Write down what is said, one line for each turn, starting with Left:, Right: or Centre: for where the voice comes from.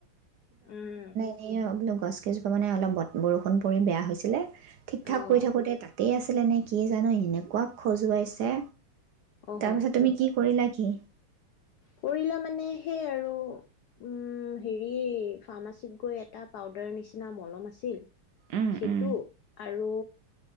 Left: উম',
Right: এই ৰ', বোলো, গছকেইজোপা মানে অলপ বৰষুণ পৰি বেয়া হৈছিলে ঠিক-ঠাক
Left: অ',
Right: কৰি থাকোঁতে, তাতে আছে আছিলে নে কিয়ে জানো, এনেকুৱা খজুৱাইছে
Left: অহ।
Right: তাৰপিছত তুমি কি কৰিলা? কি?
Left: কৰিলা মানে সেই আৰু উম হেৰি ফাৰ্মাচীত গৈ এটা পাউদাৰ নিচিনা মলম আছিল
Right: উম,
Left: সেইটো
Right: উম,
Left: আৰু